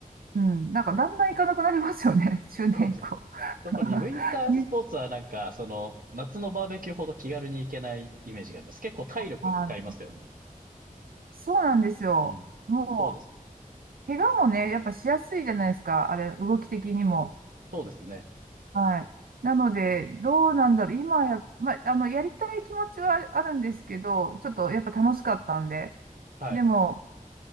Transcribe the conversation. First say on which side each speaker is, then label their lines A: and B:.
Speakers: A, on the right; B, on the right.
A: うん、なんかだんだん行かなくなりますよね、<laughs> 中年以降。
B: そうです特にウィンタースポーツはなんか、
A: <laughs> ね、
B: その、夏のバーベキューほど気軽に行けないイメージがあります。結構体力使いますよね。
A: あ、そうなんですよ。
B: うん。
A: もう、
B: そうですよね。
A: 怪我もね、やっぱしやすいじゃないですか。あれ、動き的にも。
B: そうですね。
A: はい。なので、どうなんだろう。今や、まあ、あの、やりたい気持ちはあるんですけど、ちょっとやっぱ楽しかったんで。
B: はい。
A: でも、